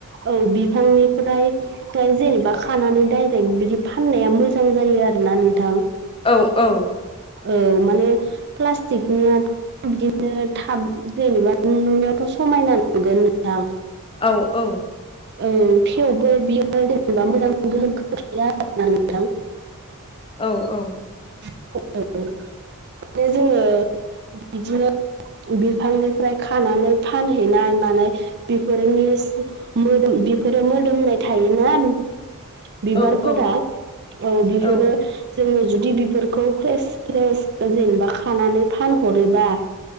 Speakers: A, on the right; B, on the left.
A: औ बिफांनिफ्राय बिफांनिफ्राय जेनेबा खानानै डाइरेक्ट बिदि फाननाया मोजां जायो आरोना नोंथां
B: औ औ
A: औ माने प्लास्टिकनिया बिदिनो थाब जेनेबा नुनायावथ' समायना नुगोन नोंथां
B: औ औ
A: औ थेवबो बियो जेनेबा मोजां गोहोम खोख्लैया आरो ना नोंथां
B: औ औ
A: <unintelligible> माने जोङो बिदिनो बिफांनिफ्राय खानानै फानहैनाय मानाय बेफोरनि मोदोम बेफोरो मोदोमनाय थायोना बिबारफोरा
B: औ औ
A: औ बेफोरो
B: औ
A: जोङो जुदि बेफोरखौ फ्रेस फ्रेस जेनेबा खानानै फानहरोबा